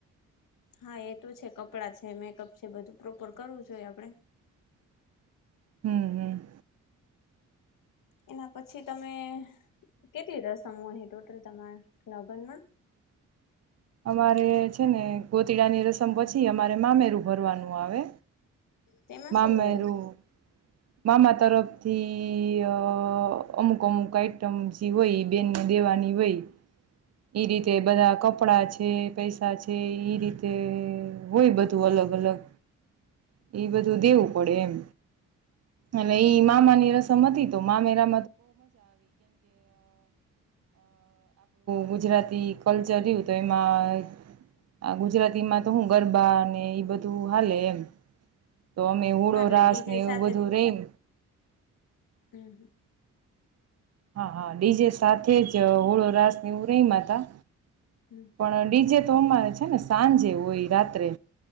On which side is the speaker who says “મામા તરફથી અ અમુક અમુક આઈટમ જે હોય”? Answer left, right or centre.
Right